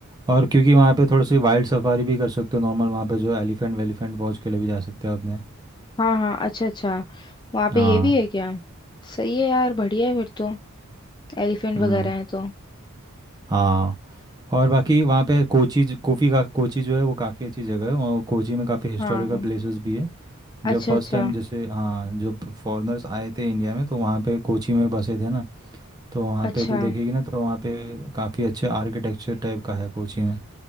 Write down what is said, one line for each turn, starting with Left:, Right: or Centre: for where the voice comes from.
Right: और क्योंकि वहाँ पे थोड़ी सी वाइल्ड सफारी भी कर सकते हो नॉर्मल वहाँ पे जो एलिफेंट वेलिफेंट वॉच के लिए भी जा सकते हो अपने
Left: हाँ हाँ अच्छा अच्छा वहाँ पे
Right: हाँ
Left: ये भी है क्या सही है यार बढ़िया है फिर तो एलिफेंट
Right: हम्म
Left: वगैरह हैं तो
Right: हाँ और बाकी वहाँ पे कोची ज- कोफी का कोची जो है वो काफ़ी अच्छी जगह है और कोची में काफ़ी हिस्टोरिकल
Left: हाँ
Right: प्लेसेस भी है
Left: अच्छा
Right: जब फर्स्ट
Left: अच्छा
Right: टाइम जैसे हाँ जब फॉरेनर्स आए थे इंडिया में तो वहाँ पे कोची में बसे थे ना तो वहाँ
Left: अच्छा
Right: पे तू देखेगी ना तो वहाँ पे काफ़ी अच्छे आर्किटेक्चर टाइप का है कोची में